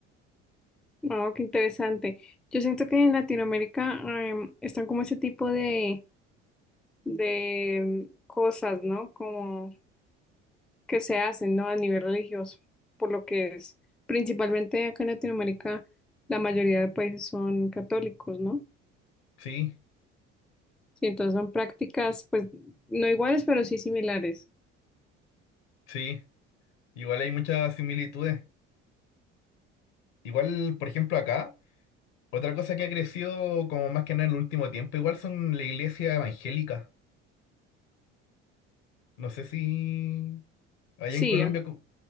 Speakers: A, in the centre; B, on the left.
A: Oh, qué interesante. Yo siento que en Latinoamérica em, están como ese tipo de, de cosas, ¿no? Como que se hacen, ¿no? A nivel religioso, por lo que es. Principalmente acá en Latinoamérica, la mayoría de países son católicos, ¿no?
B: Sí,
A: Sí, entonces son prácticas, pues, no iguales, pero sí similares.
B: sí. Igual hay muchas similitudes. Igual, por ejemplo, acá. Otra cosa que ha crecido como más que nada en el último tiempo, igual son la iglesia evangélica. No sé si allá
A: Sí,
B: en Colombia... co-